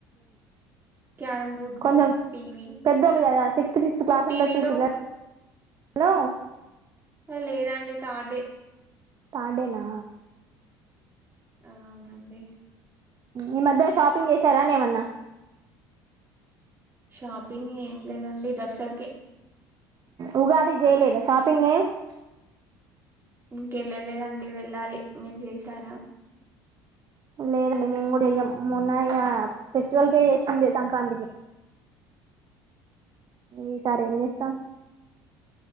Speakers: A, on the right; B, on the right.
A: క్యారం బోర్డు
B: కొంచెం
A: టీవీ
B: పెద్దోళ్ళు గదా సిక్స్త్ ఫిఫ్త్ క్లాస్
A: టీవీలో
B: ఉండొచ్చు మీ పిల్లలు లో
A: లేదండి థాడే
B: ఆడేనా
A: ఆ అవునండి
B: ఈ మధ్యలో షాపింగ్ చేసారా అండి ఏమన్నా
A: షాపింగ్ ఏం లేదండి దసకి
B: ఉగాదికి జెయలేదా షాపింగేం <inaudible>
A: కెళ్ళలేదండి వెళ్ళాలి మీరు చేసారా
B: లేదండి మేము గుడెయ్యం మొన్న ఇగ ఫెస్టివల్కే చేసింది సంక్రాంతికి ఈసారి ఏం చేస్తాం